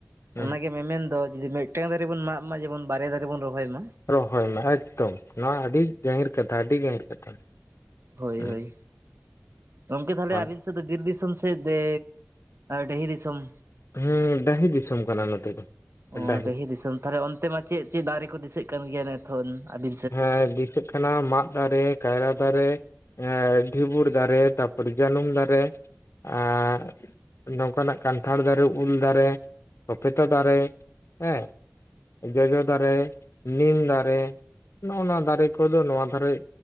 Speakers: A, on the left (about 75°); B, on the right (about 65°).
A: ᱦᱮᱸ
B: ᱚᱱᱟᱜᱮ ᱢᱮᱢᱮᱱ ᱫᱚ ᱡᱩᱫᱤ ᱢᱤᱫᱴᱟᱝ ᱫᱟᱨᱮ ᱵᱚᱱ ᱢᱟᱜ ᱢᱟ ᱡᱮᱢᱚᱱ ᱵᱟᱨᱭᱟ ᱫᱟᱨᱮ ᱵᱚᱱ ᱨᱚᱦᱚᱭ ᱢᱟ᱾
A: ᱨᱚᱦᱚᱭ ᱢᱟ ᱮᱠᱫᱚᱢ ᱱᱚᱣᱟ ᱟᱹᱰᱤ ᱜᱟᱹᱦᱤᱨ ᱠᱟᱛᱷᱟ ᱟᱹᱰᱤ ᱜᱟᱹᱦᱤᱨ ᱠᱟᱛᱷᱟ᱾
B: ᱦᱳᱭ
A: ᱦᱮᱸ
B: ᱦᱳᱭ, ᱜᱚᱝᱠᱮ ᱛᱟᱦᱞᱮ
A: ᱦᱮᱸ
B: ᱟᱹᱵᱤᱱ ᱵᱤᱨ ᱫᱤᱥᱚᱢ ᱥᱮᱜ ᱫᱮ ᱰᱟᱹᱦᱤ ᱫᱤᱥᱚᱢ?
A: ᱦᱩᱸ, ᱰᱟᱹᱦᱤ ᱫᱤᱥᱚᱢ ᱠᱟᱱᱟ ᱱᱚᱛᱮ ᱫᱚ
B: ᱚ
A: ᱰᱟᱹᱦᱤ᱾
B: ᱫᱤᱥᱚᱢ ᱛᱟᱦᱚᱞᱮ ᱚᱱᱛᱮ ᱢᱟ ᱪᱮᱫ ᱪᱮᱫ ᱫᱟᱨᱮ ᱠᱚ ᱫᱤᱥᱟᱹᱜ ᱠᱟᱱ ᱜᱮᱭᱟ ᱱᱤᱛ ᱠᱷᱚᱱ ᱟᱹᱰᱤ
A: ᱦᱮᱸ ᱫᱤᱥᱟᱹᱜ ᱠᱟᱱᱟ ᱢᱟᱫ ᱫᱟᱨᱮ, ᱠᱟᱭᱨᱟ ᱫᱟᱨᱮ, ᱦᱮᱸ ᱰᱷᱤᱵᱩᱨ ᱫᱟᱨᱮ, ᱛᱟᱨᱯᱚᱨᱮ ᱡᱟᱹᱱᱩᱢ ᱫᱟᱨᱮ ᱟᱨ ᱱᱚᱝᱠᱟᱱᱟᱜ ᱠᱟᱱᱴᱷᱟᱲ ᱫᱟᱨᱮ, ᱩᱞ ᱫᱟᱨᱮ, ᱥᱚᱯᱮᱛᱟ ᱫᱟᱨᱮ, ᱦᱮᱸ᱾ ᱡᱚᱡᱚ ᱫᱟᱨᱮ, ᱱᱤᱢ ᱫᱟᱨᱮ, ᱱᱚᱜ-ᱱᱚᱣᱟ ᱱᱚᱣᱟ ᱫᱟᱨᱮ ᱠᱚᱫᱚ ᱱᱚᱣᱟ ᱫᱷᱟᱨᱮ